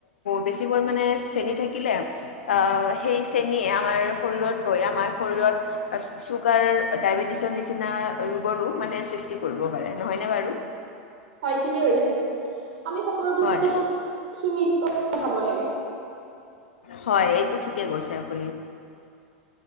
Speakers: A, on the left (about 80°); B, on the right (about 75°).
A: বেছি পৰিমাণে চেন থাকিলে আহ সেই চেনীয়ে আমাৰ শৰীৰত গৈ আমাৰ শৰীৰত চুগাৰ ডায়বেটিছৰ নিচিনা ৰোগৰো মানে সৃষ্টি কৰিব পাৰে নহয়নে বাৰু
B: ঠিকে কৈছে আমি সকলো বস্তু
A: হয়
B: এটা সীমিত খাব লাগে
A: হয় এইটো ঠিকেই কৈছে আপুনি